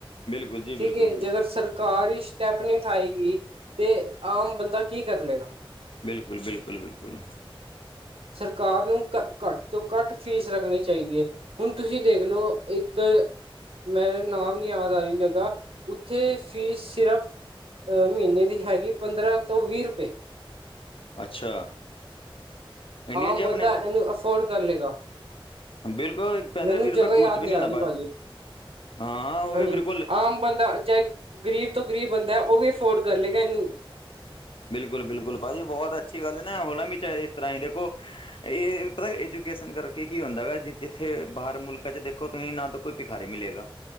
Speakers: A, on the left; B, on the right.
A: ਬਿਲਕੁਲ ਜੀ ਬਿਲਕੁਲ
B: ਠੀਕ ਹੈ,
A: ਬਿਲਕੁਲ
B: ਜੇ ਕਰ ਸਰ ਕਾਰ ਹੀ ਸਟੈਪ ਨੀ ਠਾਏਗੀ ਤੇ ਆਮ ਬੰਦਾ ਕੀ ਕਰ ਲਏਗਾ।
A: ਬਿਲਕੁਲ, ਬਿਲਕੁਲ, ਬਿਲਕੁਲ।
B: ਸਰਕਾਰ ਨੂੰ ਘ ਘੱਟ ਤੋਂ ਘੱਟ ਫੀਸ ਰੱਖਣੀ ਚਾਹੀਦੀ ਹੈ। ਹੁਣ, ਤੁਸੀਂ ਦੇਖਲਓ ਇੱਕ, ਮੈ ਨਾਮ ਨੀ ਯਾਦ ਆ ਰਹੀ, ਜਗ੍ਹਾ ਉੱਥੇ ਫੀਸ ਸਿਰਫ ਅਹ ਮਹੀਨੇ ਦੀ ਹੈਗੀ। ਪੰਦਰਾਂ ਤੋਂ ਵੀਹ ਰੁਪਏ
A: ਅੱਛਾ। ਇੰਡੀਆ
B: ਆਮ
A: ਜੀ ਆਪਣੇ
B: ਬੰਦਾ ਇਹਨੂੰ ਅਫੋਰਡ ਕਰ ਲਏਗਾ।
A: ਬਿਲਕੁਲ
B: ਮੈਨੂੰ
A: ਵੀਹ ਰੁਪਏ
B: ਜਗ੍ਹਾ
A: ਕੁਛ
B: ਯਾਦ
A: ਵੀ
B: ਨਹੀਂ ਆ
A: ਹੁੰਦਾ
B: ਰਹੀ, ਭਾਜੀ
A: ਹਾਂ ਹਾਂ ਹੋ
B: ਹਾਂਜੀ,
A: ਗਏ ਬਿਲਕੁਲ
B: ਆਮ ਬੰਦਾ ਚਾਹੇ ਗ਼ਰੀਬ ਤੋਂ ਗਰੀਬ ਬੰਦਾ ਉਹ ਵੀ ਅਫੋਰਡ ਕਰ ਲਏਗਾ। ਇਹਨੂੰ
A: ਬਿਲਕੁਲ, ਬਿਲਕੁਲ ਭਾਜੀ ਬਹੁਤ ਅੱਛੀ ਗੱਲ ਨਾ ਹੋਣਾ ਵੀ ਚਾਹੀਦਾ। ਇਸ ਤਰ੍ਹਾਂ ਹੀ ਦੇਖੋ, ਇਹ ਪਤਾ ਐਜੂਕੇਸ਼ਨ ਕਰਕੇ ਕੀ ਹੁੰਦਾ, ਜਿੱਥੇ ਬਾਹਰ ਮੁਲਕਾਂ ਚ ਦੇਖੋ ਤੁਸੀਂ ਨਾ ਤਾਂ ਕੋਈ ਭਿਖਾਰੇ ਮਿਲੇਗਾ।